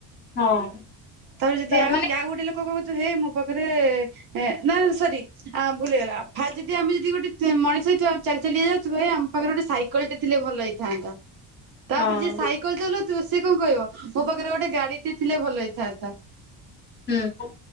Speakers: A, on the left; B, on the right.
A: ହଁ।
B: ତା ପରେ ଯଦି ଆଉ
A: ମାନେ
B: ଟି ଆଉ ଗୋଟେ ଲୋକ ଲୋକ କହୁଛି ହେଇ ମୋ ପାଖରେ ନା ନା ସରି ଆଁ ଭୁଲ ହେଇଗଲା ଭାଇ ଯଦି ଆମେ ଯଦି ଗୋଟେ ମଣିଷ ହେଇଥିବା ଚାଲି ଚାଲି ଯାଉଥିବା ହେ ଆମ ପାଖରେ ଗୋଟେ ସାଇକେଲଟେ ଥିଲେ ଭଲ ହେଇଥାନ୍ତା ତାପରେ
A: ହଁ
B: ଯାଇ ସାଇ କଲ ଚ଼ଲଉଥିବୁ ସେ କଣ କହିବ ମୋ ପାଖରେ ଗୋଟେ ଗାଡିଟିଏ ଥିଲେ ଭଲ ହେଇଥାନ୍ତା।
A: ହୁଁ